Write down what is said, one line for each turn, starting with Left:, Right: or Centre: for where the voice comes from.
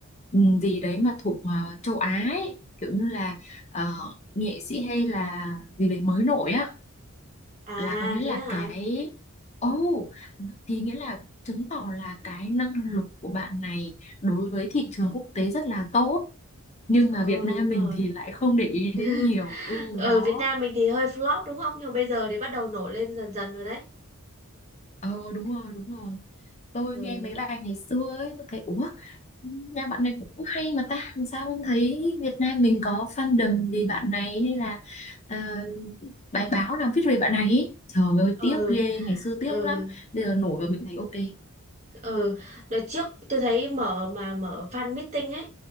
Left: ừm, gì đấy mà thuộc ờ, châu Á ấy. Kiểu như là ờ, nghệ sĩ hay là gì đấy mới nổi á
Right: à
Left: là có nghĩa
Right: thế
Left: là
Right: hả
Left: cái Ồ, thì nghĩa là chứng tỏ là cái năng lực của bạn này đối với thị trường quốc tế rất là tốt nhưng
Right: ừ
Left: mà Việt Nam
Right: đúng rồi
Left: mình thì lại không để ý đến
Right: <laughs>
Left: nhiều ừ
Right: ở
Left: đó
Right: Việt Nam mình thì hơi flop đúng không nhưng mà bây giờ thì bắt đầu nổi lên dần dần rồi đấy
Left: Ờ đúng rồi, đúng rồi. Tôi
Right: ừ
Left: nghe mấy bài ngày xưa ấy, tôi thấy ủa, nhà bạn này cũng hay mà ta, mà sao không thấy Việt Nam mình có fandom vì bạn này hay là ờ, bài báo nào viết về bạn này ấy. Trời ơi,
Right: ừ
Left: tiếc ghê, ngày xưa tiếc
Right: ừ
Left: lắm. Bây giờ nổi rồi mình thấy ok.
Right: ừ đợt trước tôi thấy mở mà mở fan meeting ấy